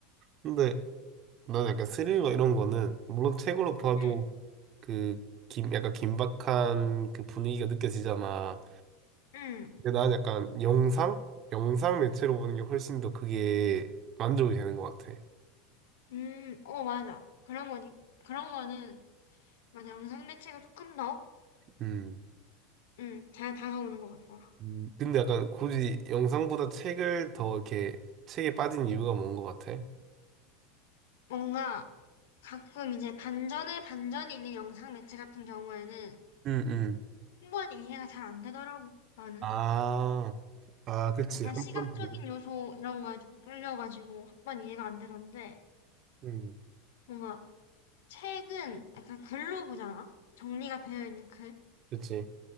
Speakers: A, on the right; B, on the left.
A: 근데 난 약간 스릴러 이런 거는, 물론 책으로 봐도
B: 응.
A: 그, 긴, 약간 긴박한 그 분위기가 느껴지잖아.
B: 응.
A: 근데 난 약간 영상? 영상 매체로 보는 게 훨씬 더 그게 만족이 되는 것 같아.
B: 음, 어, 맞아. 그런 거니. 그런 거는 맞아. 영상 매체가 조금 더
A: 음.
B: 응, 잘 다가오는 것 같더라.
A: 음, 근데 약간 굳이 영상보다 책을 더 이렇게 책에 빠진 이유가 뭔 것 같아?
B: 뭔가 가끔 이제 반전에 반전이 있는 영상 매체 같은 경우에는
A: 응응.
B: 충분히 이해가 잘 안 되더라고, 나는.
A: 아, 아, 그치.
B: 약간
A: 한
B: 시각적인
A: 번 보고.
B: 요소 이런 거에 조금 끌려가지고 한 번 이해가 안 되던데
A: 응응응.
B: 뭔가 책은 약간 글로 보잖아? 정리가 되어 있는 글.
A: 그치.